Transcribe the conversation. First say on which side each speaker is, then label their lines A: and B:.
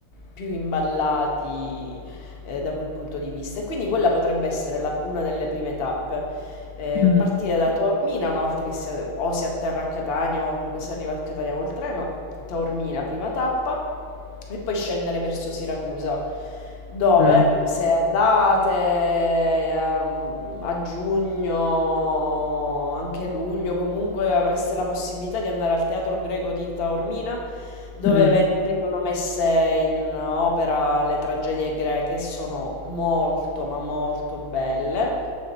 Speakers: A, on the left; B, on the left.
A: più imballati, ehm, da quel punto di vista e quindi quella potrebbe essere la una delle prime tappe. Ehm,
B: Mm,
A: partire da Taormina una volta che si a o si atterra a Catania o comunque si arriva a Catania col treno Taormina, prima tappa, e poi scendere verso Siracusa, dove
B: mm,
A: se andate ehm, a giugno, anche luglio, comunque avreste la possibilità di andare al Teatro Greco di Taormina, dove
B: mm.
A: ve- vengono messe in opera le tragedie greche, sono molto ma molto belle.